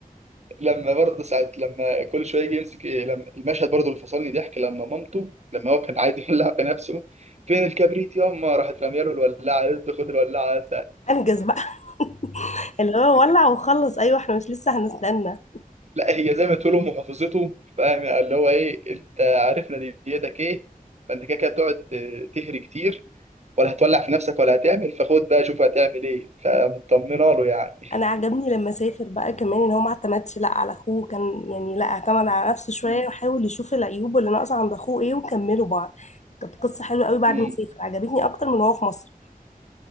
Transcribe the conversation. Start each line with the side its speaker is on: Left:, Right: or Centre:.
Right: لما برضه ساعات لما كل شويه يجي يمسك إيه لما المشهد برضه اللي فصلني ضحك لما مامته لما هو كان عايز يولع في نفسه فين الكبريت ياما راحت راميه له الولاعه قالت له خد الولاعه
Left: انجز بقى <laughs> اللي هو ولع وخلص ايوه احنا مش لسه هنستنى
Right: لا هي زي ما تقولوا محافظته فاهم يعني اللي هو ايه انت عارف نيتك ايه فانت كده كده تقعد تهري كتير ولا هتولع في نفسك ولا هتعمل فخد بقى شوف هتعمل ايه فمطمنه له يعني
Left: انا عجبني لما سافر بقى كمان ان هو ما اعتمدش لا على اخوه كان يعني لا اعتمد على نفسه شوية
Right: م-
Left: وحاول يشوف العيوب اللي ناقصة عند اخوه ايه وكملوا بعض كانت قصة حلوه قوي بعد
Right: م.
Left: ما سافر عجبتني اكتر من وهو في مصر